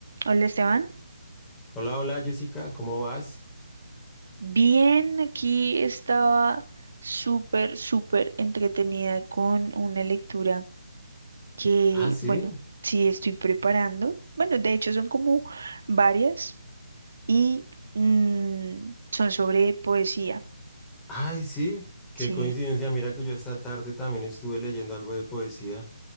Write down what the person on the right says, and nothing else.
Hola Esteban,
bien, aquí estaba súper, súper entretenida con una lectura que,
bueno, sí estoy preparando. Bueno, de hecho son como varias y mm, son sobre poesía.
Sí,